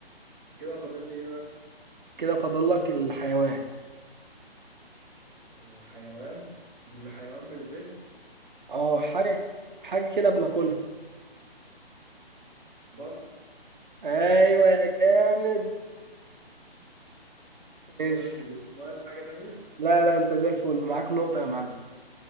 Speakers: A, in the centre; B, on the right.
A: كده فاضل لي ايه بقى
B: كده فاضل لك الحيوان
A: آه، حيوان بالحيوان بالب
B: اه حاجه حاجه كده بناكلها
A: ببط
B: ايوه يا جامد ماشي
A: بس كده ناقص حاجة تانية
B: لا لا انت زي الفل معاك نقطه يا معلم